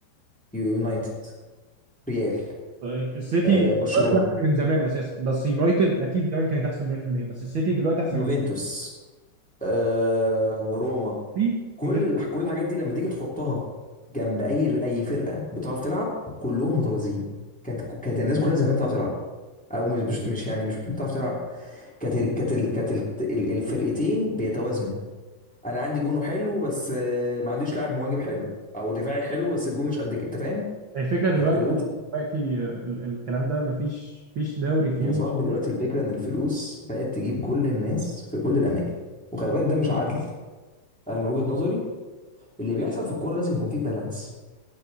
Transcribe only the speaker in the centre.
يو- يونايتد ريال
آه برشلونة
يوفنتوس
آه روما
كل
ال- كل الحاجات دي لما تيجي تحطها جنب اي اي فرقه بتعرف تلعب كلهم متوازيين كانت كانت الناس كلها زمان بتعرف تلعب او مش مش مش يعني مش بتعرف تلعب كانت ال- كانت ال- كانت ال- ال- الفرقتين بيتوازنوا انا عندي جونه حلو بس آه، ما عنديش لاعب مواجب حلو او دفاعي حلو بس الجون مش قد كده انت فاهم
كانت كلها تبقى
يا صاحبي دلوقتي الفكره ان الفلوس بقت تجيب كل الناس في كل الاماكن وخلي بالك ده مش عدل انا من وجهه نظري اللي بيحصل في الكوره لازم يكون فيه بالانس